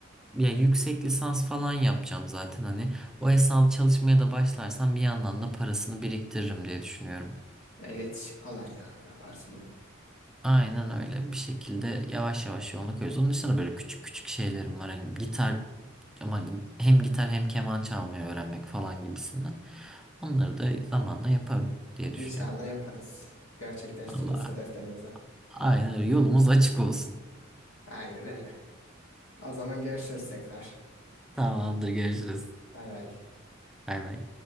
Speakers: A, in the centre; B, on the left.
A: Ya yüksek lisans falan yapacağım zaten hani. O esnada çalışmaya da başlarsam bir yandan da parasını biriktiririm diye düşünüyorum.
B: El iletişi kolay ya. Yaparsın onu.
A: Aynen öyle. Bir şekilde yavaş yavaş yoluna koyuyoruz. Onun dışında böyle küçük küçük şeylerim var. Hani gitar ama hem gitar hem keman çalmayı öğrenmek falan gibisinden. Onları da zamanla yaparım diye düşünüyorum.
B: İnşallah yaparız. Gerçekleştiririz
A: Allah.
B: hedeflerimizi.
A: Aynen öyle. Yolumuz açık olsun.
B: Aynen öyle. O zaman görüşürüz tekrar.
A: Tamamdır görüşürüz.
B: Bay bay.
A: Bay bay.